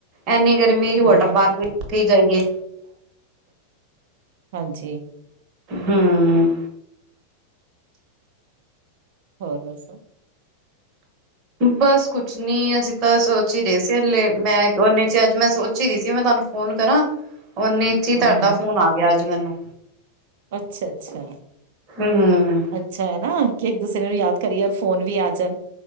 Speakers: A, on the right; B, on the right.
A: ਐਨੀ ਗਰਮੀ ਚ
B: ਹੂੰ
A: ਵਾਟਰ ਪਾਰਕ ਹੀ ਜਾਈਏ।
B: ਹਾਂਜੀ
A: ਹਮ
B: ਹੋਰ ਦੱਸੋ?
A: ਬਸ ਕੁਛ ਨਹੀਂ, ਅਸੀਂ ਤਾਂ ਸੋਚ ਵੀ ਰਹੇ ਸੀ, ਮੈਂ ਉਨੇ ਚ ਅੱਜ ਮੈਂ ਸੋਚ ਹੀ ਰਹੀਂ ਸੀ, ਮੈਂ ਤੁਹਾਨੂੰ ਫੋਨ ਕਰਾਂ। ਉਨੇ ਚ, ਹੀ ਤੁਹਾਡਾ
B: ਹੂੰ, ਹੂੰ
A: ਫੋਨ ਆ ਗਿਆ। ਤਨੂੰ
B: ਅੱਛਾ, ਅੱਛਾ,
A: ਹੂੰ।
B: ਅੱਛਾ ਹੈ ਨਾ, ਕਿ ਇੱਕ ਦੂਸਰੇ ਨੂੰ ਯਾਦ ਕਰੀਏ ਅਰ, ਫੋਨ ਵੀ ਆ ਜਾਣ